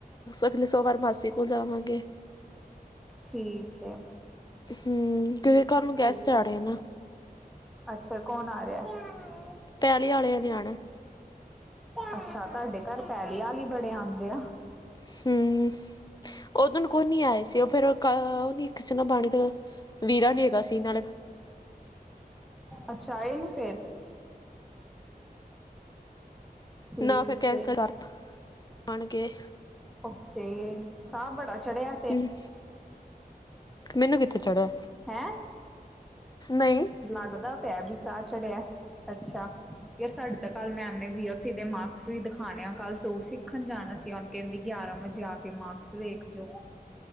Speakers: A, on the left (about 25°); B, in the centre.
A: ਅਗਲੇ ਸੋਮਵਾਰ ਮਾਸੀ ਕੋਲ ਜਾਵਾਂਗੇ।
B: ਠੀਕ ਹੈ।
A: ਹਮ ਕਿਉਂਕਿ ਘਰ ਨੂੰ ਗੈਸਟ
B: ਕਿ
A: ਆਨੇ ਆ ਨਾ।
B: ਅੱਛਾ, ਕੌਣ ਆ ਰਿਹਾ?
A: ਪੈਲੀ ਵਾਲਿਆ ਨੇ ਆਣਾ।
B: ਅੱਛਾ, ਤੁਹਾਡੇ ਘਰ ਪੈਲੀ ਵਾਲੇ ਹੀ ਬੜੇ ਆਂਦੇ ਆ।
A: ਹੂੰ, ਓਦਨ ਕੋਈ ਨੀ ਆਏ ਸੀ, ਉਹ ਫੇਰ, ਉਹ ਨੀ ਕਿਸ ਸੀ ਨਾ ਪਾਣੀ ਤੇ ਵੀਰਾ ਨੀ ਹੈਗਾ ਸੀ, ਨਾਲੇ
B: ਅੱਛਾ, ਆਏ ਨੀ ਫੇਰ? ਠੀਕ
A: ਨਾ, ਫਿਰ ਕੈਂਸਲ
B: ਏ
A: ਕਰਤਾ, ਆਣਗੇ।
B: ਓਕੇ! ਸਾਹ ਬੜਾ ਚੜ੍ਹਿਆ?
A: ਉਂ, ਮੈਨੂੰ ਕਿੱਥੇ ਚੜ੍ਹਿਆ।
B: ਹੈਂ?
A: ਨਹੀਂ।
B: ਲੱਗਦਾ ਪਿਆ ਬੀ ਸਾਹ ਚੜਿਆ, ਅੱਛਾ, ਯਾਰ ਸਾਡੇ ਤੱਕ ਕੱਲ੍ਹ ਮੈਮ ਨੇ ਵੀ, ਅਸੀ ਦੇ ਮਾਰਕਸ ਵੀ ਦਿਖਾਣੇ ਆ। ਕੱਲ ਸੂਟ ਸਿੱਖਣ ਜਾਣਾ ਸੀ, ਹੁਨ ਕਹਿੰਦੀ ਗਿਆਰਾਂ ਵਜੇ ਆਕੇ ਮਾਰ ਸ ਵੇਖਜੋ